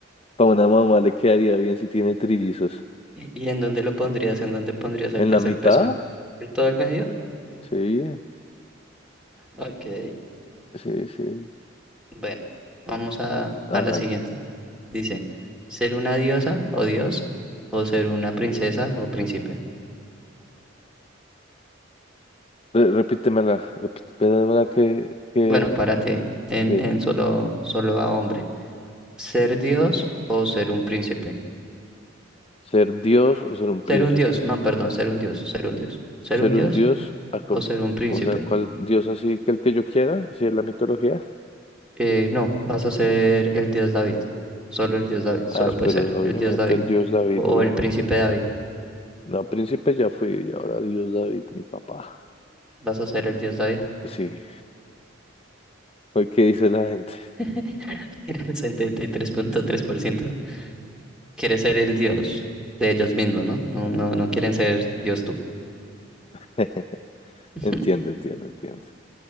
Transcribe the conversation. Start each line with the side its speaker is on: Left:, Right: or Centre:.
Left: Para una mamá le quedaría bien si tiene trillizos.
Centre: ¿Y en dónde lo pondrías? ¿En dónde pondrías el
Left: ¿En
Centre: tercer
Left: la mitad?
Centre: peso? ¿eh? ¿En todo el medio?
Left: Sí,
Centre: Ok.
Left: sí, sí.
Centre: Bueno, vamos a,
Left: Hágale.
Centre: a la siguiente. Dice, ¿ser una diosa o dios o ser una princesa o príncipe?
Left: Re- repítemela, repítemela que, que,
Centre: Bueno, párate en,
Left: que
Centre: en solo, solo a hombre. ¿Ser dios o ser un príncipe?
Left: ser Dios o ser un
Centre: Ser
Left: príncipe.
Centre: un dios, no, perdón, ser un dios, ser un dios. ¿Ser
Left: Ser
Centre: un dios
Left: un Dios, acom-
Centre: o ser un príncipe?
Left: o sea, ¿cuál Dios así que el que yo quiera? Si es la mitología.
Centre: Eh, no, vas a ser el dios David. Solo el dios David. Solo
Left: Ah,
Centre: puede
Left: pero
Centre: ser el
Left: obviamente
Centre: dios David.
Left: el Dios David,
Centre: O
Left: obviamente.
Centre: el príncipe David.
Left: No, príncipe ya fui y ahora Dios David, mi papá.
Centre: Vas a ser el dios David.
Left: Sí. ¿Por qué dice la gente?
Centre: <laughs> Mira, el 73.3%. Quiere ser el dios de ellos mismos, ¿no? No, no, no quieren ser dios tú.
Left: <laughs>
Centre: <laughs>
Left: Entiendo, entiendo, entiendo.